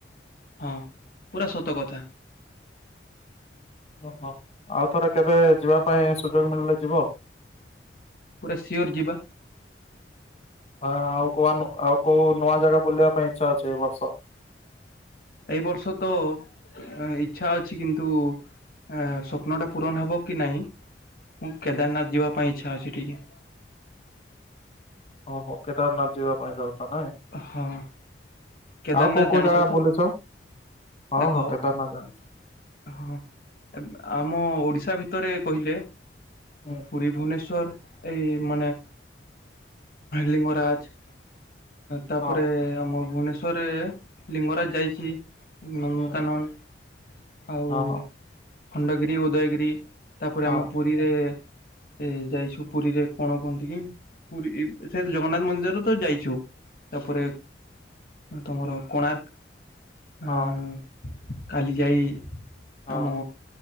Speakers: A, on the left; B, on the left.
A: ହଁ ପୁରା ସତ କଥା।
B: ଓହୋ ଆଉ ଥରେ କେବେ ଯିବା ପାଇଁ ସୁଯୋଗ ମିଳିଲେ ଯିବ।
A: ପୁରା ସିଓର ଯିବା।
B: ହଁ ଆଉ କୁ ଆଉ କୋଉ ନୂଆ ଜାଗା ବୁଲିବା ପାଇଁ ଇଚ୍ଛା ଅଛି ଏଇ ବର୍ଷ
A: ଏଇ ବର୍ଷ ତ ଇଚ୍ଛା ଅଛି କିନ୍ତୁ ଅଁ ସ୍ୱପ୍ନ ଟା ପୂରଣ ହବ କି ନାଇଁ ମୁଁ କେଦାରନାଥ ଯିବା ପାଇଁ ଇଚ୍ଛା ଅଛି ଟିକେ।
B: ଓହୋ କେଦାରନାଥ ଯିବା ପାଇଁ ଚାହୁଁଛ ନାଇଁ।
A: ହଁ କେଦାରନାଥ
B: ଆଉ କୋଉ କୋଉ
A: ଜାଣିଚ
B: ଜାଗା
A: ତ?
B: ବୁଲିଛ ହଁ
A: ଦେଖ
B: ହଁ କେଦାରନାଥ ଜାଣିଚି।
A: ହଁ ଆମ ଓଡିଶା ଭିତରେ କହିଲେ
B: ହୁଁ
A: ପୁରୀ ଭୁବନେଶ୍ଵର ଏଇ ମାନେ ଲିଙ୍ଗରାଜ୍ ତାପରେ
B: ହଁ
A: ଆମ ଭୁବନେଶ୍ଵରରେ ଲିଙ୍ଗରାଜ୍ ଯାଇଚି। ନନ୍ଦନକାନନ
B: ହୁଁ
A: ଆଉ
B: ହଁ ହଁ।
A: ଖଣ୍ଡଗିରି ଉଦୟଗିରି। ତାପରେ
B: ହଁ
A: ଆମ ପୁରୀରେ ଏ ଯାଇଚୁ ପୁରୀରେ କଣ କୁହନ୍ତି କି ପୁରୀ ସେ ଜଗନ୍ନାଥ ମନ୍ଦିର ତ ଯାଇଚୁ। ତାପରେ ତମର କୋଣାର୍କ୍ ହାଁ
B: ହଁ
A: କାଲି ଯାଇ
B: ହଁ
A: ଆମ